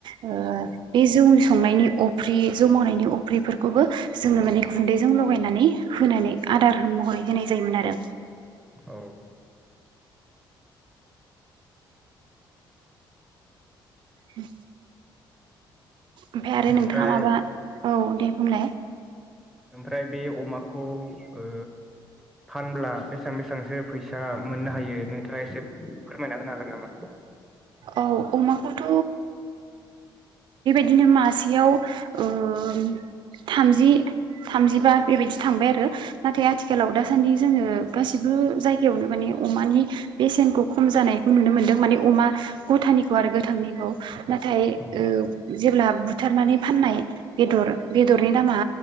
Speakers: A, on the right; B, in the centre.
A: ओ
B: औ
A: बे जौ स संनायनि अफ्रि जौ मावनायनि अफ्रिफोरखौबो जोङो माने गुन्दैजों लगायनानै होनानै आदार महरै होनाय जायोमोन आरो। <inaudible>
B: औ
A: उम ओमफाय आरो नोंथाङा
B: ओमफ्राय
A: माबा औ दे बुंलाय।
B: ओमफ्राय बे अमाखौ ओ फानब्ला बेसां बेसांसो फैसा मोननो हायो नोंथाङा एसे फोरमायना होनो हागोन नामा?
A: औ अमाखौथ' दिनो मासेयाव ओ थामजि थामजिबा बेबायदि थांबाय आरो नाथाय आथिखालाव दासान्दि जोङो गासिबो जायगायावनो माने अमानि बेसेनखौ खम जानायखौ नुनो मोनदों माने अमा गथानिखौ आरो गोथांनिखौ नाथाय
B: औ
A: ओह जेब्ला बु थारमाने फाननाय बेदर बेदरनि दामा